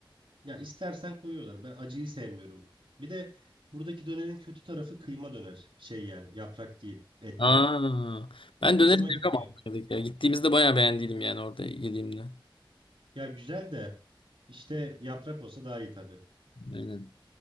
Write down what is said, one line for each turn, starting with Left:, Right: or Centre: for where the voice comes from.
Right: Ya istersen koyuyorlar. Ben acıyı sevmiyorum. Bir de buradaki dönerin kötü tarafı kıyma döner. Şey yani yaprak değil etler.
Left: Aa, ben
Right: Hoşuma
Left: döneri seviyorum
Right: gitmiyor.
Left: Almanya'daki ya. Gittiğimizde bayağı beğendiydim yani orada yediğimde.
Right: Ya güzel de işte yaprak olsa daha iyi tabii.
Left: Aynen.